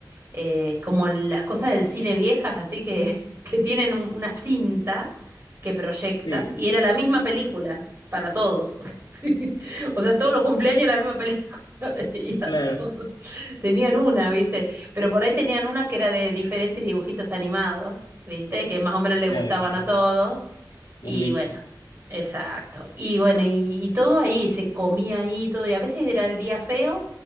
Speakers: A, on the right; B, on the left.
A: eh, como las cosas del cine viejas, así que, <laughs> que tienen un- una cinta que proyectan,
B: Sí,
A: y era la misma película para todos. <laughs> Sí. O sea, todos los cumpleaños la misma película. <laughs> veía
B: claro,
A: todos. Tenían una, ¿viste? Pero por ahí tenían una que era de diferentes dibujitos animados, ¿viste? Que más o menos le
B: claro,
A: gustaban a todos. Y
B: un mix.
A: bueno, exacto. Y bueno, y, y todo ahí, se comía ahí, y todo. Y a veces era el día feo,